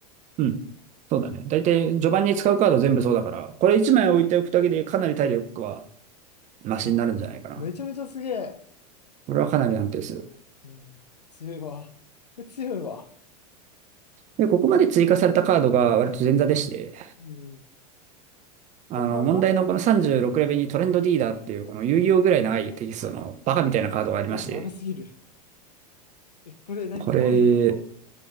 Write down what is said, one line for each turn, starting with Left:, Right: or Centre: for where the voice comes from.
Right: うん。そうだね。だいたい序盤に使うカード全部そうだから、これ1枚置いておくだけでかなり体力はマシになるんじゃないかな。
Left: おあめちゃめちゃすげえ。
Right: これはかなり安定する。
Left: うん、強いわ。これ強いわ。
Right: で、ここまで追加されたカードが割と前座でして、
Left: うん、
Right: あの、
Left: 本番が
Right: 問題のこの36レベルにトレンドリーダーっていうこの遊戯王ぐらい長いテキストのバカみたいなカードがありまして、
Left: え、長すぎる。え、これ何どういうこと
Right: これ、